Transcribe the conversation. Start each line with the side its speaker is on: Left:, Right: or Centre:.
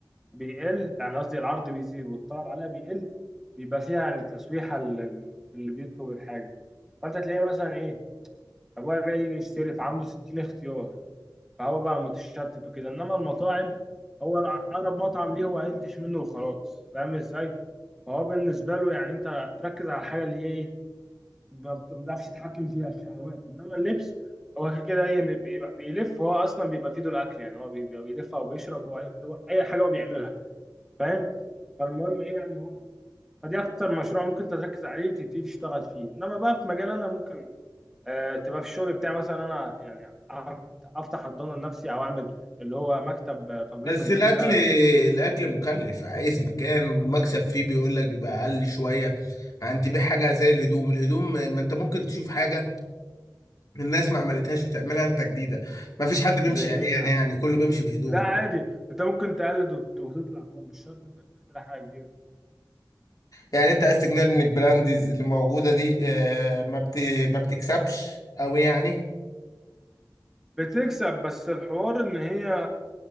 Centre: بيقل يعني قصدي العرض بيزيد والطلب عليها بيقل بيبقى فيها يعني تسويحة لل- اللي بيطلب الحاجة فأنت تلاقيه مثلا إيه أبويا جاي يشتري فعنده 60 اختيار فهو بقى متشتت وكده إنما المطاعم هو أقرب مطعم ليه هو قلتش منه وخلاص فاهم إزاي؟ فهو بالنسبة له يعني أنت تركز على الحاجة اللي هي إيه ما بت- ما بتعرفش تتحكم فيها الشهوات إنما اللبس هو كده كده إيه بيبقى- بيلف هو أصلا بيبقى في ايده الأكل يعني هو بيبقى بيلف أو بيشرب أو أي أي حاجة هو بيعملها فاهم فالمهم ايه يعني هو فدي اكتر مشروع ممكن انت تركز عليه وتبتدي تشتغل فيه انما بقى في مجال انا ممكن آه تبقى في الشغل بتاعي مثلا انا يعني افتح حضانه لنفسي او اعمل اللي هو مكتب آه، تمريض
Left: بس
Centre: منزلي
Left: الاكل
Centre: ده يعني
Left: الاكل مكلف عايز مكان ومكسب فيه بيقول لك بيبقى اقل شوية عن تبيع حاجة زي الهدوم الهدوم ما انت ممكن تشوف حاجة الناس ما عملتهاش وتعملها انت جديدة ما فيش حد بيمشي
Centre: زي ايه
Left: عريان
Centre: يعني؟
Left: يعني كله بيمشي بهدوم
Centre: لا عادي انت ممكن تقلد وت- وتطلع هو مش شرط انك تخترع حاجه جديده
Left: يعني انت عايز تقنعني ان البراندز اللي موجودة دي آه، ما بت... ما بتكسبش او يعني
Centre: بتكسب بس الحوار ان هي